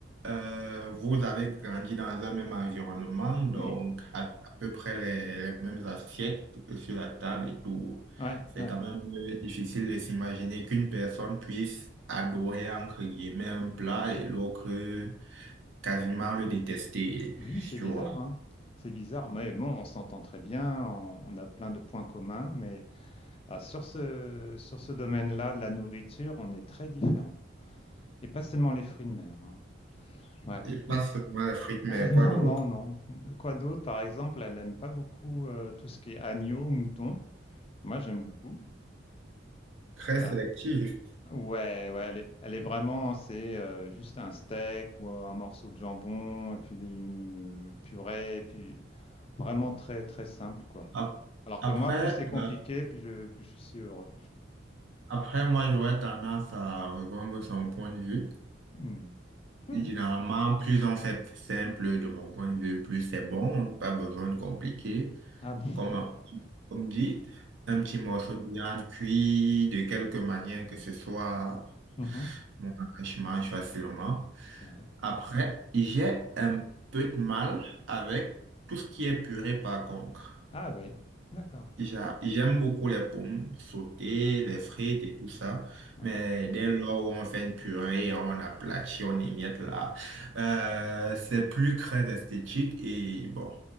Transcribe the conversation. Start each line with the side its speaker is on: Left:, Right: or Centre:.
Right: euh, vous avez grandi dans un même environnement, donc
Left: Oui,
Right: à, à peu près les, les mêmes assiettes sur la table et tout.
Left: ouais,
Right: C'est
Left: ouais.
Right: quand même euh, difficile de s'imaginer qu'une personne puisse adorer, entre guillemets, un plat et l'autre euh, quasiment le détester,
Left: Oui, c'est
Right: tu
Left: bizarre,
Right: vois.
Left: hein. C'est bizarre, mais bon, on s'entend très bien, on, on a plein de points communs, mais ah, sur ce, sur ce domaine-là de la nourriture, on est très différents. Et pas seulement les fruits de mer, hein. Ouais.
Right: Et pas
Left: N-
Right: seulement les frites, mais
Left: <laughs>
Right: quoi
Left: Non,
Right: d'autre?
Left: non, non. Quoi d'autre? Par exemple, elle aime pas beaucoup euh, tout ce qui est agneau, mouton. Moi, j'aime beaucoup.
Right: Très
Left: Euh,
Right: sélectif.
Left: ouais, ouais, elle est, elle est vraiment, c'est euh, juste un steak ou un morceau de jambon, et puis des- une purée, et puis vraiment très, très simple, quoi.
Right: Ap-
Left: Alors
Right: Après,
Left: que moi, plus c'est compliqué,
Right: euh,
Left: plus je, plus je suis heureux.
Right: après, moi, j'aurais tendance à rejoindre son point de vue.
Left: Hmm. Ouais.
Right: Généralement, plus on fait simple de mon point de vue, plus c'est bon, pas besoin de compliquer.
Left: Ah bon?
Right: comme,
Left: <laughs>
Right: comme dit, un petit morceau de viande cuit de quelque manière que ce soit,
Left: Mhm.
Right: mon je mange facilement.
Left: Ouais.
Right: Après, j'ai un peu de mal avec tout ce qui est purée par contre.
Left: Ah oui, d'accord.
Right: J'a- J'aime beaucoup les pommes sautées, les frites et tout ça,
Left: Ouais.
Right: mais dès lors où on fait une purée, on aplatit, on émiette là, euh, c'est plus très esthétique et bon.